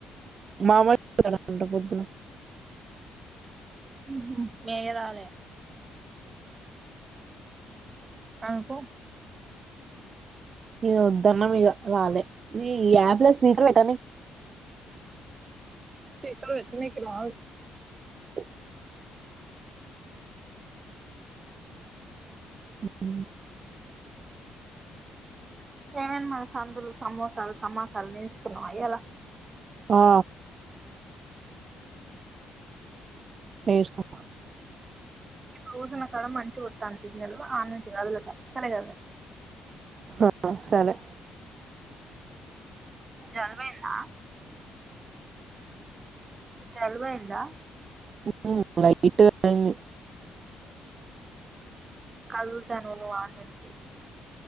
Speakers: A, on the right; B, on the right.
A: మామయ్ పోతన్న <unintelligible> అంత పొద్దున్నే
B: ఆహా మీ అయ్యరాలే నాకు
A: ఈగ వద్దన్న మిగ రాలే ఈ యాప్ స్పీకర్ వెట్టని
B: ఫికర్ వెటనికి రాదు
A: ఊహు ఉ ఊ
B: ఏమో సందులు, సమోసాలు, సమాసాలు నేసుకున్నవ ఇయ్యలా.
A: ఆ నేర్సుకు అ
B: రోజు నా కాడ మంచిగొతంది సిగ్నల్ ఆ నుంచి కదలకు అసలే కదలకు
A: సరే <unintelligible> సరే
B: జల్బైంద జల్బైంద
A: ఉఊ వైట్ ఐంది
B: కలుడుతను నువ్ వానుంచి